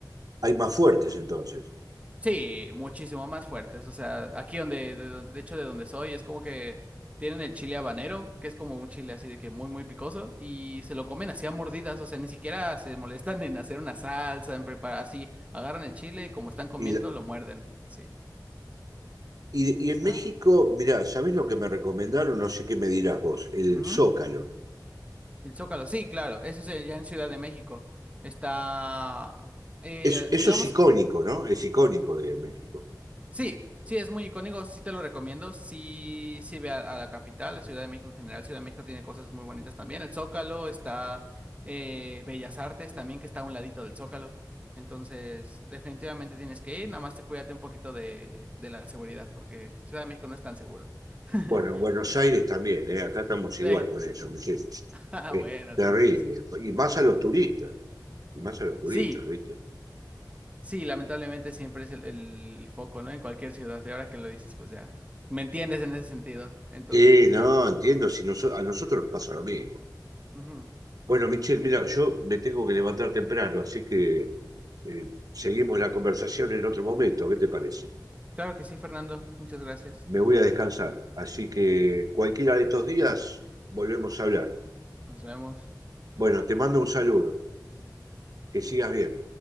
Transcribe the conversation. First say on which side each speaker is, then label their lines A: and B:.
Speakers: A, on the right; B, on the right.
A: Hay más fuertes entonces.
B: Sí, muchísimo más fuertes. O sea, aquí donde, de, don- de hecho, de donde soy, es como que tienen el chile habanero, que es como un chile así de que muy, muy picoso, y se lo comen así a mordidas. O sea, ni siquiera se molestan en hacer una salsa, en preparar así. Agarran el chile y como están comiendo,
A: Y la,
B: lo muerden. Sí,
A: Y,
B: está.
A: y en México, mirá, ¿sabés lo que me recomendaron? No sé qué me dirás vos, el
B: Ujú.
A: Zócalo.
B: El zócalo, sí, claro. Eso es eh, ya en Ciudad de México. Está. eh,
A: Es, eso
B: digamos
A: es icónico, ¿no? Es icónico de México.
B: Sí, sí, es muy icónico, sí te lo recomiendo, sí, sí ve a, a la capital, la Ciudad de México en general, Ciudad de México tiene cosas muy bonitas también, el Zócalo está, eh, Bellas Artes también que está a un ladito del Zócalo, entonces definitivamente tienes que ir, nada más te cuídate un poquito de, de la seguridad, porque Ciudad de México no es tan seguro. <laughs>
A: Bueno, en Buenos Aires también, ¿eh? Acá estamos igual
B: Sí.
A: con eso, Michelle.
B: Ah,
A: Es
B: bueno,
A: terrible.
B: entonces.
A: Y más a los turistas, y más a los turistas,
B: Sí,
A: ¿viste?
B: sí, lamentablemente siempre es el, el foco, ¿no? En cualquier ciudad, y ahora que lo dices, pues ya, me entiendes en ese sentido, entonces
A: Sí,
B: sí.
A: no, entiendo, si noso- a nosotros nos pasa lo mismo.
B: Ujú.
A: Bueno, Michelle, mira, yo me tengo que levantar temprano, así que eh, seguimos la conversación en otro momento, ¿qué te parece?
B: Claro que sí, Fernando. Muchas gracias.
A: me voy a descansar. Así que cualquiera de estos días volvemos a hablar.
B: Nos vemos.
A: Bueno, te mando un saludo. Que sigas bien.